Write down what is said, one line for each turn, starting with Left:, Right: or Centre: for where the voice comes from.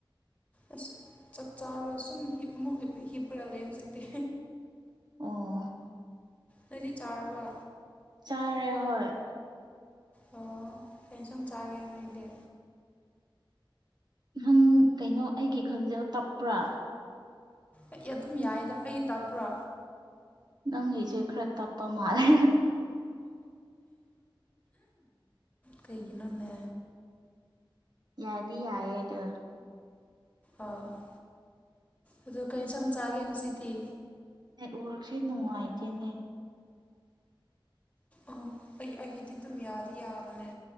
Left: ꯑꯁ ꯆꯥꯛ ꯆꯥꯔꯒ ꯁꯨꯝ ꯑꯃꯨꯛ ꯍꯤꯞꯄ ꯂꯩ ꯍꯧꯖꯤꯛꯇꯤ
Right: ꯑꯣ
Left: ꯅꯣꯏꯗꯤ ꯆꯥꯔꯕ
Right: ꯆꯥꯔꯦ ꯍꯣꯏ
Left: ꯑꯣ ꯀꯩ ꯏꯟꯖꯥꯡ ꯆꯥꯒꯦ ꯅꯣꯏꯗꯤ
Right: ꯅꯪ ꯀꯩꯅꯣ ꯑꯩꯒꯤ ꯈꯟꯖꯦꯜ ꯇꯞꯄ꯭ꯔ
Left: ꯑꯩ ꯑꯗꯨꯝ ꯌꯥꯏꯗ ꯑꯩ ꯇꯞꯄ꯭ꯔꯣ
Right: ꯅꯪꯒꯤꯁꯦ ꯈꯔ ꯇꯞꯄ ꯃꯥꯜꯂꯦ
Left: ꯀꯩꯒꯤꯅꯣꯅꯦ
Right: ꯌꯥꯗꯤ ꯌꯥꯏꯌꯦ ꯑꯗꯨ
Left: ꯑꯣ ꯑꯣ ꯑꯗꯨ ꯀꯔꯤ ꯏꯟꯖꯥꯡ ꯆꯥꯒꯦ ꯉꯁꯤꯗꯤ
Right: ꯅꯦꯠꯋꯥꯔꯛꯁꯦ ꯅꯨꯡꯉꯥꯏꯇꯦꯅꯦ
Left: ꯑꯣ ꯑꯩ ꯑꯩꯒꯤꯗꯤ ꯑꯗꯨꯝ ꯌꯥꯗꯤ ꯌꯥꯕꯅꯦ